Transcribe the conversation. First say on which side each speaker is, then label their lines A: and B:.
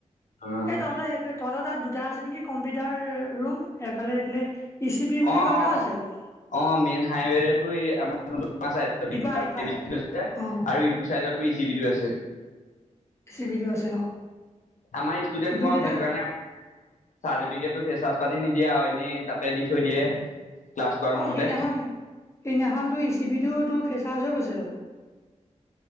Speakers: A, on the left (about 85°); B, on the left (about 20°).
A: অ',
B: এ তহঁতৰ সেই। তহতৰ তাত দুটা আছে নেকি কম্পিউটাৰ ৰুম এইফালে এইফালে। ই চি পি বুলি
A: অ
B: কোৱা এটাও
A: অ
B: আছে বোলে
A: অ মেইন হাইৱেটো আমাৰ। আমাৰ চাইডতো এ
B: ইপাই
A: চি
B: ইপাই
A: বি টো আছে
B: অ
A: আৰু ইটো চাইডত ই চি বি টো আছে।
B: এ চি বিটো আছে অ
A: আমাৰ ষ্টুডেন্ট
B: দুইটা।
A: কম সেইটো কাৰণে চাৰ্টিফিকেটটো ফেচাজ পাতি নিদিয়ে এনেই তাতে দি থৈ দিয়ে। ক্লাছ কৰা ৰুমতে
B: অ সিদিনাখন সিদিনাখন তোৰ ই চি বি টো তোৰ। ফেচাজ হৈ গৈছে বোলে।